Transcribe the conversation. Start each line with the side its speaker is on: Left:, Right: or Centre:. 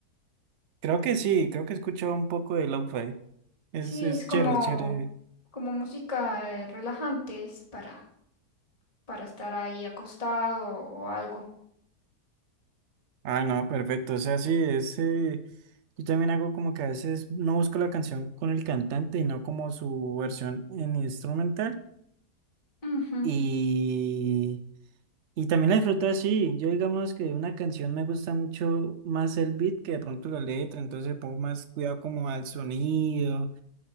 Right: Creo que sí, creo que escucho un poco de lo-fi. Es,
Left: Sí,
Right: es
Left: es como,
Right: chévere, chévere.
Left: como música eh, relajante es para, para estar ahí acostado o algo.
Right: Ah, no, perfecto. O sea, sí, es, eh, yo también hago como que a veces no busco la canción con el cantante y no como su versión en instrumental.
Left: Ujú.
Right: Y, y también la disfruto así. Yo digamos que una canción me gusta mucho más el beat que de pronto la letra, entonces pongo más cuidado como al sonido.